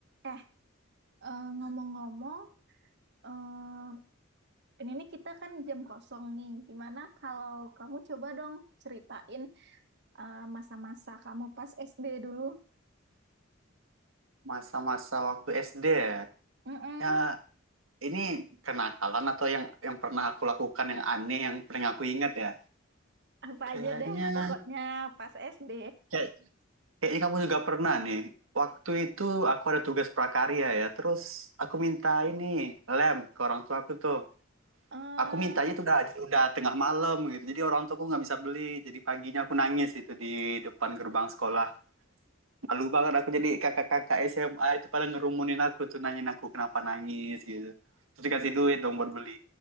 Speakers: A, on the right (about 60°); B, on the right (about 80°).
A: Eh, eh, ngomong-ngomong, eh, ini nih kita kan jam kosong nih. Gimana kalau kamu coba dong ceritain eh, masa-masa kamu pas SD dulu?
B: Masa-masa waktu SD ya.
A: Mm-mm,
B: Ya, ini kenakalan atau yang yang pernah aku lakukan yang aneh yang pernah aku ingat ya.
A: apa
B: Kayaknya
A: aja deh, pokoknya pas SD.
B: kayak kayaknya kamu juga pernah nih. Waktu itu aku ada tugas prakarya ya. Terus aku minta ini lem ke orang tua aku tuh.
A: eh
B: Aku mintanya itu udah udah tengah malam gitu. Jadi orang tuaku nggak bisa beli. Jadi paginya aku nangis itu di depan gerbang sekolah. malu banget aku jadi kakak-kakak S M a itu pada ngerumunin aku tuh nanyain aku kenapa nangis gitu terus dikasih
A: ih,
B: duit dong buat beli